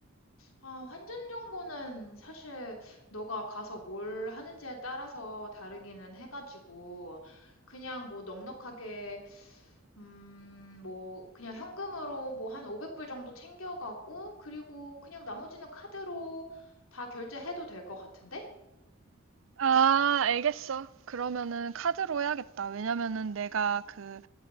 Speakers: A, on the left; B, on the right.
A: 아, 환전 정보는 사실 너가 가서 뭘 하는지에 따라서 다르기는 해가지고, 그냥 뭐 넉넉하게, 음, 뭐, 그냥 현금으로 뭐 한 500불 정도 챙겨가고, 그리고 그냥 나머지는 카드로 다 결제해도 될 것 같은데?
B: 아, 알겠어. 그러면은 카드로 해야겠다. 왜냐면은 내가 그